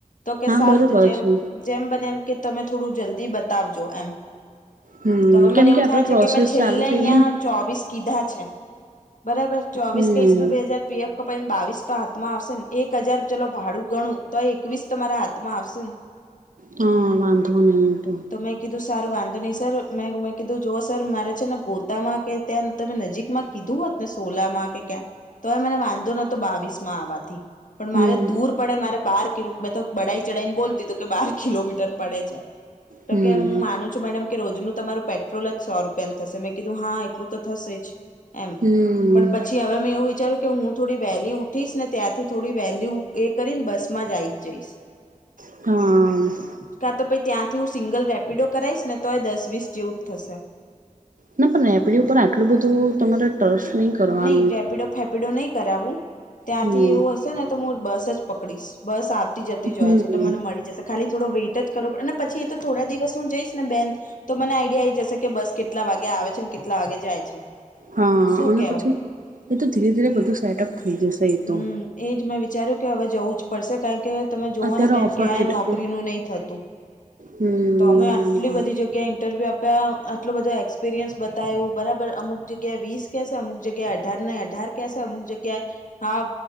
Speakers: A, on the left; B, on the right.
A: તો કે
B: હા
A: સારું
B: બરોબર
A: તો જેમ
B: છે
A: જેમ બનેમ કે તમે થોડું જલ્દી બતાવજો એમ
B: હમ
A: તોવે મને
B: કેમ
A: એવું
B: આપડે
A: થાય છે
B: પ્રોસેસ
A: કે મેમે છેલ્લે
B: ચાલુ
A: અહિયાં
B: થઈ ગઈ ને
A: ચોવીસ કીધા છે બરાબર ચોવીસ
B: હમ
A: કશ તું બે હાજાર પીએફ તો પ બાવીસ તો હાથમાં આવશે ને એક હજાર ચલો ભાડું ઘણું તો એકવીસ તો તમારા હાથ માં આવશે ને.
B: હા બાંધો નહી એંત તો
A: તો મેં કીધું સારું વાંધો નહી સર મેં મેં કીધું જો સર મારે છે ને ગો તામાં કે ત્યાં તમે નજીકમાં કીધું હોત ને સોલામાં કે ક્યાં તોવે મને વાંધો નતો બાવીસ માં આવવાથી પણ
B: હમ
A: મારે દૂર પડે મારે બારીધું મેં તો બડાાઈ ચઢાઈ ને બોલ દીધું કે બહાર કિલોમીટર પડે છે તો
B: હમ
A: કે હું માનું છ મેડમ કે રોજનું તમારું પેટ્રોલ જ સો રૂપિયા થશે મેં કીધું હા એટલું તો થશે જ એમ
B: હમ
A: પણ પછી હવે મેં એવું વિચાર્યું કે હું થોડી વહેલી ઉઠીશ ને ત્યાંથી થોડી વહેલી એ કરીને બસ માં આઈ જઈશ
B: હા
A: કા તો પ ત્યાંથી હું સિંગલ રેપિડો કરાવશ ને તો દસ વીસ જેવું જ થશે.
B: ના પણ એપડી ઉપર આટલું બધું તમારા ટ્રસ્ટ નહી કરવાનું
A: નહી રેપિડો ફેપીડો નહી કરાવવું ત્યાંથી
B: હમ
A: એવું હશે ને તો હું બસ જ પકડીશ બસ આવતી જતી જ
B: હમ
A: હોય છે એટલે મને મળી જશે ખાલી થો વેઇટ જ કરો પડ અને પછી એ તો થોડા દિવસ હું જઈશ ને બેન તો મને આઈડિયા એઈ જશે કે બસ કેટલા વાગે આવે છે કેટલા વાગે જાય છે
B: હા
A: શું
B: અને
A: કેવું
B: પછી એ તો ધીરે ધીરે બધું સેટઅપ થઈ જશે એ તો
A: હમ એજ મેં વિચાર્યું કે હવે જવું જ પડશે કારણ કે તમે જોુઓ
B: અત્યારે
A: ને બેન
B: ઓફર
A: ક્યાંય
B: લેટરો
A: નોકરી નું નહી થતું
B: હમ
A: તો અમે
B: ના
A: આટલી બધી જગ્યાએ ઇન્ટરવ્યુ આપ્યા આટલો બધો એક્સપિરિયન્સ બતાવ્યું બરાબર અમુક જગ્યાએ વીસ કસ અમુક જગ્યાએ અઢાર નં અઢાર કસે અમક જગ્યાએ હા